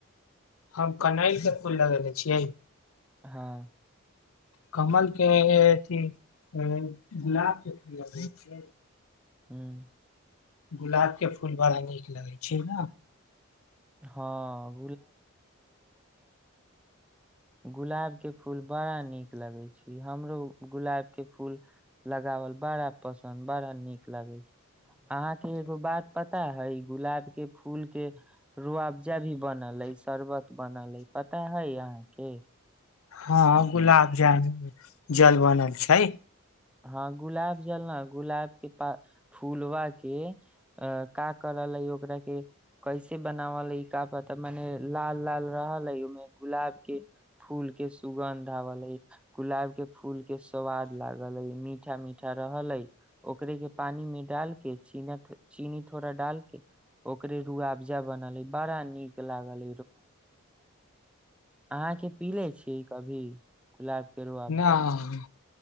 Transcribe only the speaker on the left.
हम कनैल के फूल लगेेले छियै
कमल के अथ गुलाब के फूल ल
गुलाबके फूल बड़ा नीक लगै छै ने
हँ गुलाब जामुन जल बनल छै
नहि